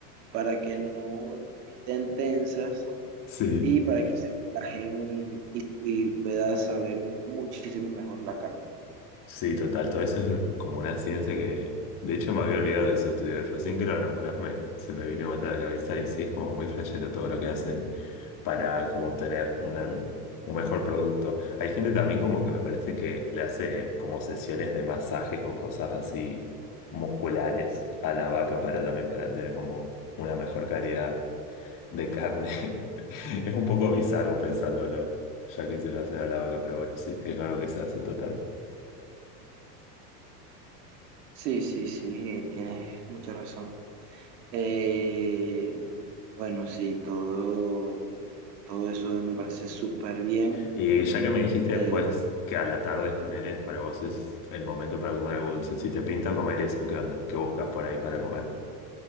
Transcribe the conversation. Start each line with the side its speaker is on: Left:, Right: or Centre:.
Right: para que no estén tensas
Left: Sí.
Right: y para que se relajen y, y pueda saber un- muchísimo mejor la carne.
Left: Sí, total, todo eso es como una ciencia que, de hecho, me había olvidado de ese estudio, recién que lo nombrás, me- se me vino a matar la cabeza y sí, es como muy flashero todo lo que hacen para como obtener una- un mejor producto. Hay gente también como que me parece que le hace como sesiones de masajes o cosas así musculares a la vaca para también para tener como una mejor calidad de carne. <laughs> Es un poco bizarro pensándolo, ya que se lo hacen a la vaca, pero bueno, sí, es algo que se hace total.
Right: Sí, sí, sí, tienes mucha razón. Eh, bueno, sí, todo. Todo eso me parece súper bien.
Left: Y ya que me dijiste
Right: Eh,
Left: después que a la tarde, ponele, para vos es el momento para comer algo dulce. Si te pinta comer eso, ¿qué onda? ¿Qué buscas por ahí para comer?